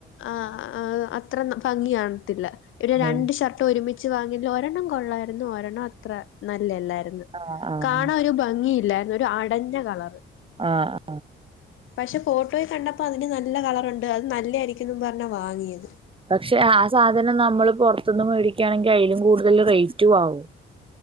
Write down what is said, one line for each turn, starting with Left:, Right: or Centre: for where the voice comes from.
Left: ആ ആ അത്ര ഭംഗി കൺത്തില്ല പിന്നെ രണ്ട്
Right: ഉം.
Left: ഷർ ട്ടൊരുമിച്ച് വാങ്ങിയ്ല് ഒരെണ്ണം കൊള്ളായിരുന്നു ഒരെണ്ണം അത്ര നല്ലെല്ലായിരുന്നു
Right: ആഹ് ആഹ്
Left: കാണാരു ഭംഗിയില്ലായിരുന്നു. ഒരു അടഞ്ഞ കളറ്.
Right: ആഹ്
Left: പക്ഷേ ഫോട്ടോയ് കണ്ടപ്പോ അതിന് നല്ല കളറ്ണ്ട്. അത് നല്ലായിരിക്കും. തിം പറഞ്ഞാ വാങ്ങിയത്.
Right: പക്ഷേ ആ സാധനം നമ്മള് പെർത്ത്ന്ന് മേടിക്കാണെങ്കി അയിലും കൂടുതൽ റെയ്റ്റുആവും.